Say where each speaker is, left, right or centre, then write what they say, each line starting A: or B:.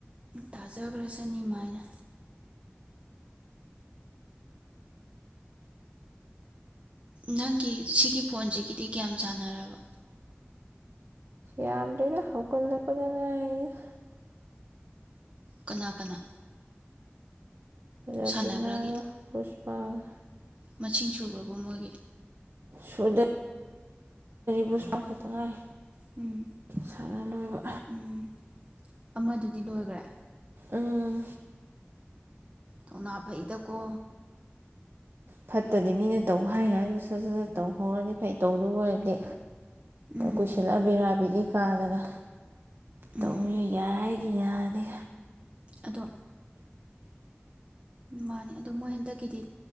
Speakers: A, on the right; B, on the right.
A: ꯇꯥꯖꯒꯔꯖꯅꯤꯃꯥꯏꯅ ꯅꯪꯒꯤ ꯁꯤꯒꯤ ꯐꯣꯟꯁꯤꯒꯤꯗꯤ ꯀꯌꯥꯝ ꯁꯥꯟꯅꯔꯕ
B: ꯌꯥꯝꯗ꯭ꯔꯦꯗ ꯍꯧꯒꯠꯂꯛꯄꯗ ꯉꯥꯏꯗ
A: ꯀꯅꯥ ꯀꯅꯥ
B: ꯔꯕꯤꯅꯥ
A: ꯁꯥꯟꯅꯈ꯭ꯔꯒꯦ
B: ꯄꯨꯁ꯭ꯄꯥ ꯄ
A: ꯃꯁꯤꯡ ꯁꯨꯈ꯭ꯔꯕꯣ ꯃꯣꯏꯒꯤ
B: ꯁꯨꯗꯦ ꯄꯨꯁ꯭ꯄꯥ ꯈꯇ ꯅꯨꯡꯉꯥꯏ
A: ꯎꯝ
B: ꯁꯥꯟꯅ ꯂꯣꯏꯕ
A: ꯎꯝ ꯑꯃꯗꯨꯗꯤ ꯂꯣꯏꯈ꯭ꯔꯦ
B: ꯎꯝ
A: ꯊꯧꯅꯥ ꯐꯩꯗꯀꯣ
B: ꯐꯠꯇꯗꯤ ꯃꯤꯅ ꯇꯧ ꯍꯥꯏꯉꯥꯏꯗꯨ ꯁꯠ ꯁꯠ ꯇꯧꯍꯧꯔꯗꯤ ꯐꯩ ꯇꯧꯗꯕ ꯑꯣꯏꯔꯗꯤ
A: ꯎꯝ
B: ꯀꯨꯏꯁꯤꯜꯂꯛꯑꯕꯕꯤꯔꯥꯕꯤꯒꯤ ꯀꯥꯗꯅ
A: ꯎꯝ
B: ꯇꯧꯕ ꯌꯥꯏ ꯏ ꯌꯥꯗ
A: ꯑꯗꯣ ꯃꯥꯅꯦ ꯑꯗꯣ ꯃꯣꯏ ꯍꯟꯗꯛꯀꯤꯗꯤ